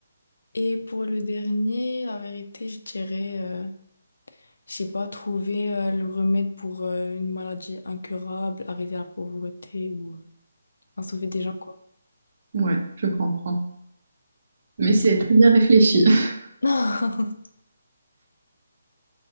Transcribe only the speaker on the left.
Et pour le dernier, la vérité, je dirais... euh, Je sais pas, trouver euh, le remède pour euh, une maladie incurable, arrêter la pauvreté ou euh, enfin, sauver des gens, quoi.
<laughs>